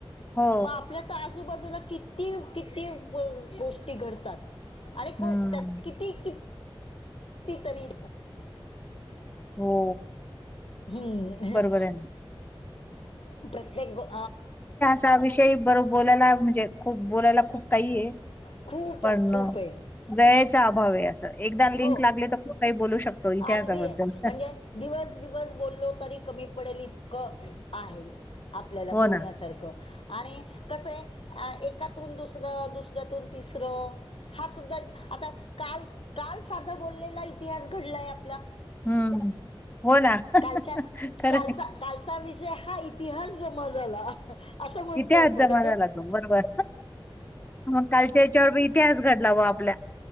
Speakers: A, on the left; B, on the left.
A: हो.
B: मग आपल्या आजूबाजूला किती किती गोष्टी घडतात आणि को
A: हं.
B: त्यात किती किती तरी
A: हो
B: हम्म
A: बरोबर आहे ना.
B: प्रत्येक ग
A: त्या विषयी बर बोलायला म्हणजे खूप बोलायला खूप काही आहे
B: खूप
A: पण,
B: आहे खूप आहे
A: वेळेचा अभाव आहे अस एकदा लिंक
B: हो
A: लागले तर खूप काही बोलू शकतो
B: अगदी
A: इतिहासाबद्दल.
B: म्हणजे दिवस दिवस बोललो तरी कमी पडेल इतक आहे आपल्याला बोलण्यासारखं
A: हो ना
B: आणि कस आहे. अ एका तून दुसरं दुसऱ्यातून तिसर हा सुद्धा आता काल- काल साधं बोललेला इतिहास घडलाय आपला.
A: हम्म हो ना
B: कालच्या-
A: खरं
B: कालचा
A: आहे.
B: काल विषय हा इतिहास जमा झाला असं म्हणतो
A: इतिहास
B: आपण.
A: जमा झाला बरोबर मग कालच्या याच्यावर इतिहास घडला व आपल्या